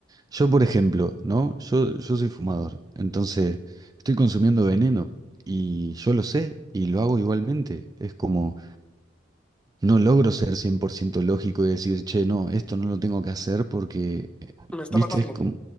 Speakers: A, on the right; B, in the centre.
A: Yo, por ejemplo, ¿no? Yo, yo soy fumador, entonces estoy consumiendo veneno y yo lo sé y lo hago igualmente. Es como... No logro ser 100% lógico y decir, che, no, esto no lo tengo que hacer porque, eh,
B: Me está
A: viste,
B: matando.
A: es como...